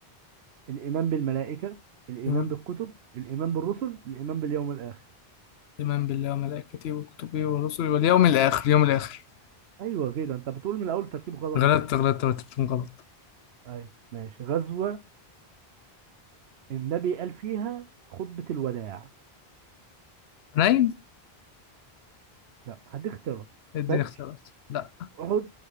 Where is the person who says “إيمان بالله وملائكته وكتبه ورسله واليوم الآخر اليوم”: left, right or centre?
Left